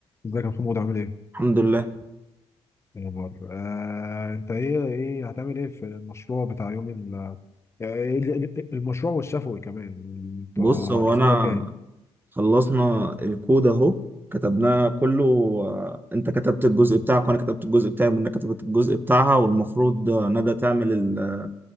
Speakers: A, on the left (about 25°); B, on the right (about 20°).
A: ازيك يا محمود عامل ايه؟
B: الحمد لله
A: ايه الاخبار؟ آه، انت ايه ايه هتعمل ايه في المشروع بتاع يوم ال آه، ايه ال- ال- المشروع والشفوي كمان بتاع
B: بص هو
A: الاسبوع
B: انا
A: الجاي
B: خلصنا الكود اهو كتبناه كله آه، انت كتبت الجزء بتاعك وانا كتبت الجزء بتاعي ومنى كتبت الجزء بتاعها والمفروض آه، ندى تعمل ال-